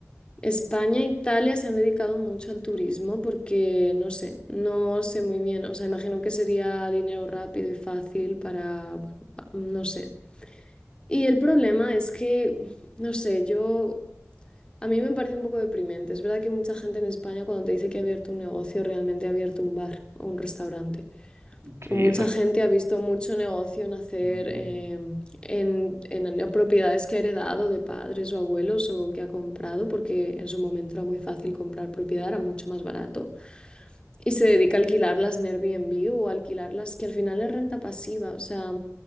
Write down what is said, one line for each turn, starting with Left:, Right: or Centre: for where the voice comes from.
Left: España e Italia se han dedicado mucho al turismo porque, no sé, no sé muy bien, o sea, imagino que sería dinero rápido y fácil para, bueno, pa- no sé. Y el problema es que, no sé, yo... A mí me parece un poco deprimente. Es verdad que mucha gente en España cuando te dice que ha abierto un negocio, realmente ha abierto un bar o un restaurante.
Right: Ok,
Left: O mucha
Right: o sea,
Left: gente ha visto mucho negocio nacer
Right: mm.
Left: em, en, en- en propiedades que ha heredado de padres o abuelos o que ha comprado, porque en su momento era muy fácil comprar propiedad, era mucho más barato. Y se dedica a alquilarlas en Airbnb o alquilarlas, que al final es renta pasiva. O sea,